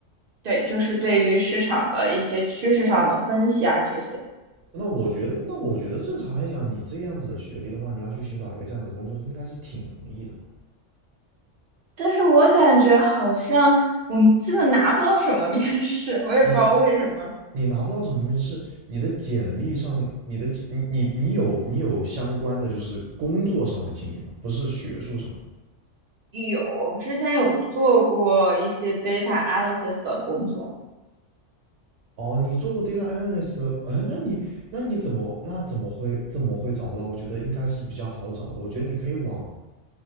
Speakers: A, on the right; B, on the right.
A: 对，就是对于市场的一些趋势上的分析啊这些。
B: 那我觉得，那我觉得正常来讲，你这样子的学历的话，你要去寻找一个这样子的工作，应该是挺容易的吧？
A: 但是我感觉好像我们基本拿不到什么面试，我也不知道为什么。
B: 你你你拿不到什么面试，你的简历上，你的你你你有你有相关的就是工作上的经验吗？不是学术上的。
A: 有，之前有做过一些 data analysis 的工作，
B: 哦，你做过 data analyst，哎，那你那你怎么那怎么会怎么会找不到？我觉得应该是比较好找的。我觉得你可以往，